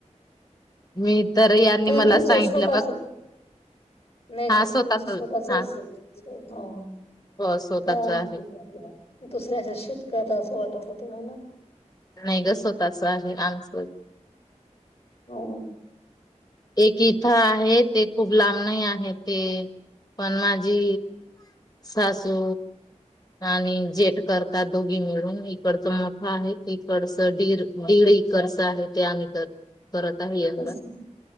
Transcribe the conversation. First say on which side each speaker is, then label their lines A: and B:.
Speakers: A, on the left (about 30°); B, on the left (about 55°).
A: मी तर यांनी
B: म्हणजे
A: मला
B: तुमचं
A: सांगितलं
B: स्वतःच
A: बघ
B: नाही ग
A: हा स्वतःच.
B: <unintelligible>
A: हा
B: हो
A: हो स्वतःच
B: का
A: आहे
B: दुसऱ्याच शेत कऱते अस वाटत होतं मला.
A: नाहीग स्वतःच आहे आमच.
B: हो
A: एक इथ आहे ते खूप लांब नाही आहे ते. पण माझी सासू. आणि जेट करतात दोघे मिळून इकडच मोठा आहे इकडच दीड दीड इकरच आहे ते आम्ही तर करत आहे यंदा.
B: असं